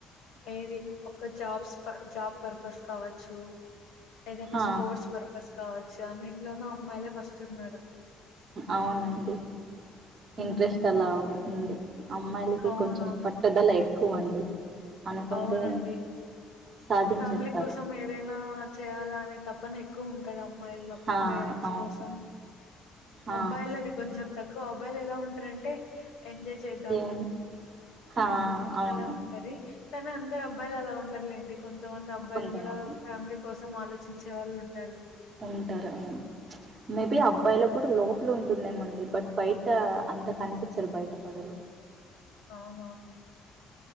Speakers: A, on the left; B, on the right.
A: ఏది ఒక జాబ్స్ జాబ్ పర్పస్ కావచ్చు ఏదైనా
B: హా
A: స్పోర్ట్స్ పర్పస్ కావచ్చు అన్నిట్లోనూ అమ్మాయిలే ఫస్ట్ ఉన్నారు
B: అవునండి ఇంట్రెస్ట్
A: ఉమ్
B: అలా ఉంది అమ్మాయిలకి
A: అవునవును
B: కొంచెం పట్టుదల ఎక్కువ అండి అనుకుంటే
A: అవునండి
B: సాధించేస్తారు
A: ఫ్యామిలీ కోసం ఏదైనా చేయాలా అనే తపన ఎక్ క్కువ ఉంటది అమ్మాయిల్లో
B: హా
A: పేరెంట్స్
B: అవును
A: కోసం
B: హా
A: అబ్బాయిలది కొంచెం తక్కువ అబ్బాయిలు ఎలా ఉంటరంటే ఎంజాయ్ చేద్దాము
B: ఏం హా అవును
A: అలా ఉంటది కానీ అందరు అబ్బాయిలు అలా ఉండర్ లేండి కొంతమంది అబ్బాయిలు
B: కొంతమంది
A: కూడా ఫ్యామిలీ కోసం త్తం ఆలోచించే వాళ్ళు ఉంటారు
B: ఉంటారు మే
A: ఉమ్
B: బి అబ్బాయిలకు కూడా లోప ట్లు ఉంటుందేమండి బట్ బయట అంత కనిపించరు బయట పడరు
A: అవునవునండి